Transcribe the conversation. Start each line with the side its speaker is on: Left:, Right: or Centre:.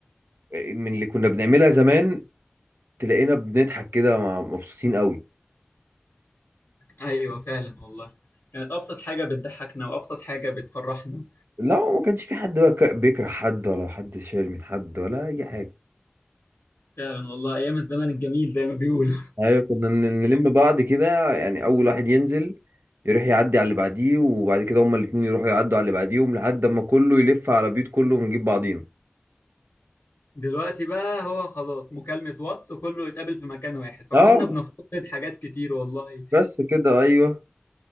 Right: آه، من اللي كنا بنعملها زمان تلاقينا بنضحك كده مع- مبسوطين قوي
Left: ايوه فعلا والله كانت ابسط حاجه بتضحكنا وابسط حاجه بتفرحنا
Right: لا ما كانش في حد بقى ك- بيكره حد ولا حد شايل من حد ولا اي حاجه
Left: فعلا والله ايام الزمن الجميل زي ما بيقولوا <laughs>
Right: ايوه كنا ن- نلم بعض كده يعني اول واحد ينزل يروح يعدي على اللي بعديه وبعد كده هما الاتنين يروحوا يعدوا على اللي بعديهم لحد اما كله يلف على بيوت كله ونجيب بعضينا
Left: دلوقتي بقى هو خلاص مكالمه واتس وكله يتقابل في مكان واحد فكنا
Right: اه
Left: بنفتقد حاجات كتير والله
Right: بس كده ايوه